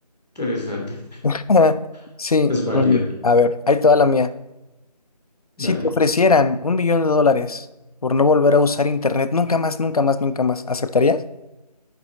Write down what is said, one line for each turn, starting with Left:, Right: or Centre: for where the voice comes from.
Centre: interesante.
Left: <laughs>
Centre: <laughs>
Left: Sí,
Centre: Es válido.
Left: mm, a ver, ahí toda la mía.
Centre: Dale.
Left: Si te ofrecieran un millón de dólares por no volver a usar internet, nunca más, nunca más, nunca más, ¿aceptarías?